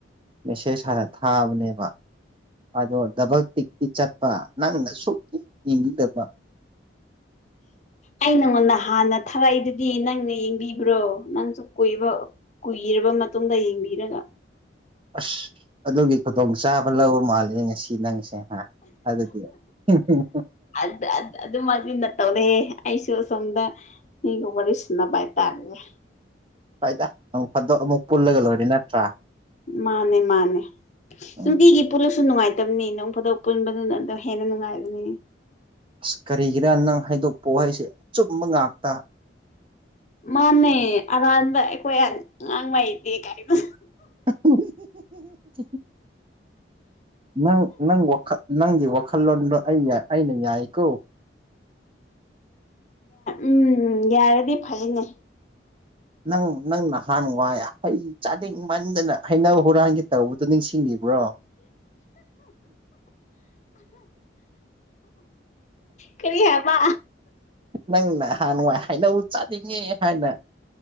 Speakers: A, on the right; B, on the left.
A: ꯃꯦꯁꯦꯖ ꯍꯥꯏꯔ ꯊꯥꯕꯅꯦꯕ ꯑꯗꯣ ꯗꯕꯜ ꯇꯤꯛꯇꯛꯇꯤ ꯆꯠꯄ ꯅꯪꯅ ꯁꯨꯛꯀꯤ ꯏꯡꯗꯕ
B: ꯑꯩ ꯅꯉꯣꯟꯗ ꯍꯥꯟꯅ ꯊꯥꯔꯛꯏꯗꯨꯗꯤ ꯅꯪꯅ ꯌꯦꯡꯕꯤ ꯀꯕ꯭ꯔꯣ ꯅꯪꯁꯨ ꯀꯨꯏꯕ ꯀꯨꯏꯔꯕ ꯃꯇꯨꯡꯗ ꯌꯦꯡꯕꯤꯔꯒ
A: ꯑꯁ ꯑꯗꯨꯒꯤ ꯈꯨꯗꯣꯡꯆꯥꯥꯕ ꯂꯧꯕ ꯃꯥꯂꯦ ꯉꯁꯤ ꯅꯪꯁꯦ ꯍꯥ ꯑꯗꯨꯗꯤ ꯎꯝ ꯍꯨꯝ
B: ꯑꯗ ꯑꯗꯨ ꯑꯗꯨ ꯃꯥ ꯅꯠꯇꯧꯅꯦ ꯑꯩꯁꯨ ꯋꯥꯁꯝꯗ ꯏ ꯋꯥꯔꯤꯔ ꯁꯟꯅ ꯄꯥꯏ ꯇꯥꯔꯒꯦ
A: ꯍꯣꯏꯗ ꯅꯪ ꯐꯗꯣꯛ ꯑꯃꯨꯛ ꯄꯨꯜꯂꯒ ꯂꯣꯏꯔ ꯅꯠꯇ꯭ꯔꯥ
B: ꯃꯥꯅꯦ ꯃꯥꯅꯦ
A: ꯎꯝ
B: ꯅꯨꯡꯇꯒꯤ ꯄꯨꯂꯁꯨ ꯅꯨꯡꯉꯥꯏꯇ ꯕꯅꯤ ꯅꯪ ꯐꯗꯣꯛ ꯄꯨꯟꯕꯗꯨꯅ ꯑꯗꯨꯝ ꯍꯦꯟꯅ ꯅꯨꯡꯉꯥꯏꯕꯅꯤ
A: ꯑꯁ ꯀꯔꯤꯒꯤꯔꯥ ꯅꯪ ꯍꯥꯏꯗꯣꯛꯄꯑꯣ ꯍꯥꯏꯁꯦ ꯑꯆꯨꯝꯕ ꯉꯥꯛꯇ
B: ꯃꯥꯅꯩ ꯑꯔꯥꯟꯕ ꯑꯩꯈꯣꯏ ꯑꯉꯥꯡ ꯃꯩꯗꯦ ꯀꯥꯏꯗ
A: <unintelligible> ꯅꯪ ꯅꯪꯒꯤ ꯋꯥꯈꯜꯂꯣꯟꯗꯣ ꯑꯩ ꯑꯩꯅ ꯌꯥꯏꯀꯣ
B: ꯎꯝ ꯌꯥꯔꯗꯤ ꯐꯩꯅꯦ
A: ꯅꯪ ꯅꯪ ꯅꯍꯥꯟ ꯋꯥꯏ ꯍꯩ ꯆꯥꯅꯤꯡꯡ ꯃꯟꯗꯅ ꯍꯩꯅꯧ ꯍꯨꯔꯥꯟꯒꯤ ꯇꯧꯕꯗꯨꯣ ꯅꯤꯡꯁꯤꯡꯉꯕ ꯭ꯔꯣ
B: ꯀꯔꯤꯌꯥꯃ
A: ꯅꯪꯅ ꯍꯍꯥꯟꯋꯥꯏ ꯍꯩꯅꯧ ꯆꯥꯅꯤꯡꯉꯦ ꯍꯥꯏꯅ